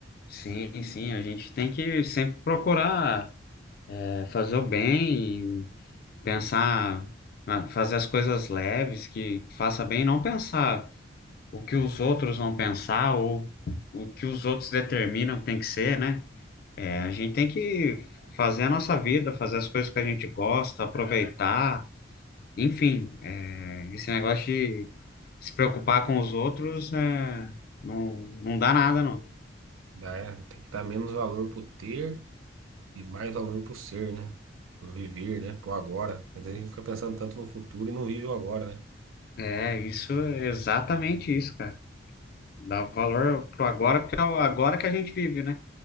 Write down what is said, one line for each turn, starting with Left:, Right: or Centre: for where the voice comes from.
Left: Sim, sim, a gente tem que sempre procurar é, fazer o bem, e pensar, na- fazer as coisas leves, que faça bem, não pensar o que os outros vão pensar ou o que os outros determinam que tem que ser, né? É,
Right: Dá-
Left: a gente tem que fazer a nossa vida, fazer as coisas que a gente gosta, aproveitar. Enfim, é, esse negócio de se preocupar com os outros é, não, não dá nada, não.
Right: dá- tem que dar menos valor pro ter e mais valor pro ser, né? Pro viver, né? Pro agora. Mas a gente fica pensando tanto no futuro e não vive o agora, né?
Left: É, isso, é exatamente isso, cara. Dá valor pro agora, porque é o agora que a gente vive, né?